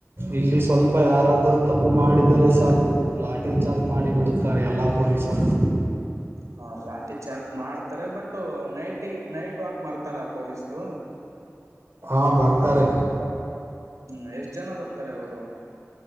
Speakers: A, on the right; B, on the right.
A: ಇಲ್ಲಿ ಸ್ವಲ್ಪ ಯಾರಾದರೂ ತಪ್ಪು ಮಾಡಿದರೆ ಸಾಕು ಲಾಟ್ರಿ ಚಾರ್ಜ್ ಮಾಡಿ ಬಿಡತ್ತಾರೆ ಎಲ್ಲಾ ಪೊಲೀಸರು
B: ಹಾ ಲಾಟಿ ಚಾರ್ಜ್ ಮಾಡ್ತಾರೆ ಬಟ್ ನೈಟ್ ನೈಟ್ ವಾಕ್ ಬರ್ತಾರ ಪೊಲೀಸರು
A: ಹಾ ಬರ್ತಾರೆ
B: ಹ್ಮ್ ಎಷ್ಟು ಜನ ಬರ್ತಾರೆ ಅವರು